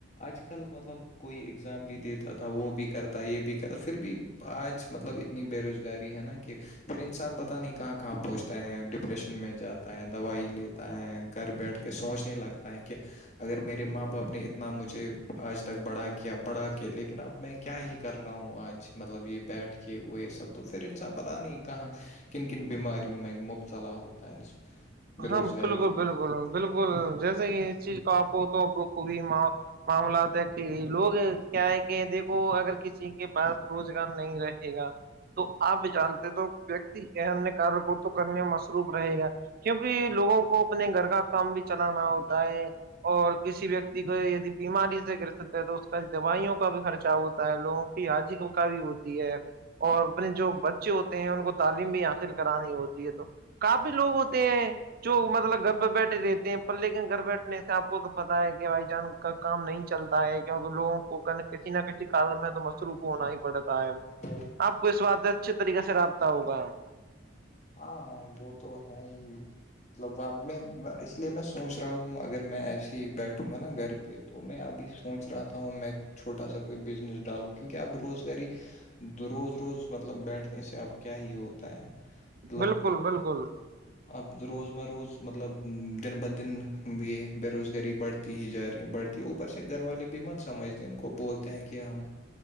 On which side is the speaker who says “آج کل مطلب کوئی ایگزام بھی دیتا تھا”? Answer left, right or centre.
Left